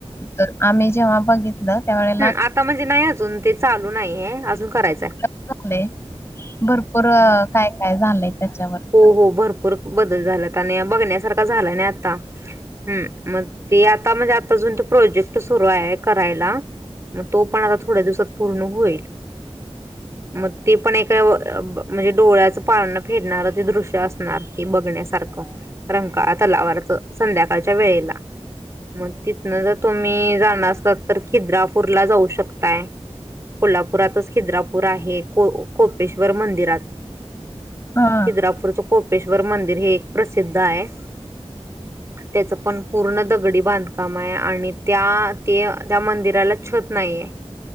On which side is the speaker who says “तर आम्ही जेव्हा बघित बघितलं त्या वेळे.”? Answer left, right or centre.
Left